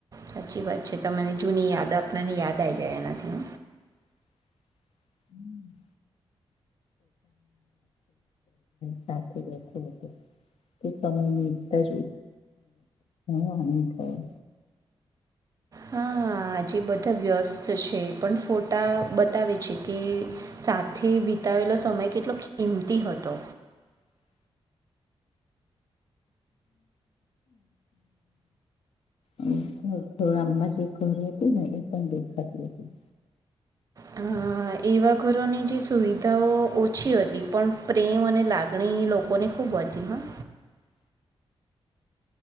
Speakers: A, on the right; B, on the left.
A: સાચી વાત છે ત મને જૂની યાદ <unintelligible> યાદ આવી જાય એનાથી.
B: <inaudible> <unintelligible> સાથે બેઠું હતુ. તે સમય નીરતા <unintelligible> આનંદ થયો.
A: હા હા. હ આજે બધા વ્યસ્ત છે પણ ફોટા બતાવે છે કે સાથે બતાવેલો સમય કેટલો કિંમતી હતો.
B: <unintelligible> હમ આમમાં જે ખરું હતું ને એ પણ દેખખાતી હતી.
A: હા. એવા ઘરોની જે સુવિધાઓ ઓછી હતી પણ પ્રેમ અને લાગણી લોકોને ખૂબ બતી હા.
B: <unintelligible>